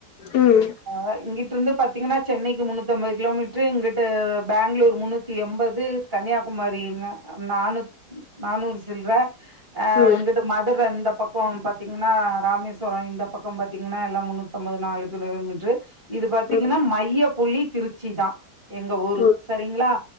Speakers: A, on the left; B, on the right.
A: ம்
B: அதா இங்கிப் ட்ருந்து பாத்தீங்கன்னா சென்னைக்கு முன்னூத்தி ஐம்பது கிலோமீட்டரு இங்கிட்டு பேங்களூர் முன்னூத்தி எம்பது கன்னியாகுமரி நா நானூத் நானூறு சில்ர அ
A: ம்
B: இங்கிட்டு மதுர இந்தப் பக்கம் பாத்தீங்கன்னா ராமேஸ்வரோ இந்த பக்கம் பாத்தீங்கன்னா எல்லா முன்னூத்தி ஒம்பது நாலு திரு வெங்கட்டு இது பாத்தீங்கன்னா
A: ம்
B: மையப் புள்ளி திருச்சி தா எங்க ஊரு
A: ம்
B: சரிங்களா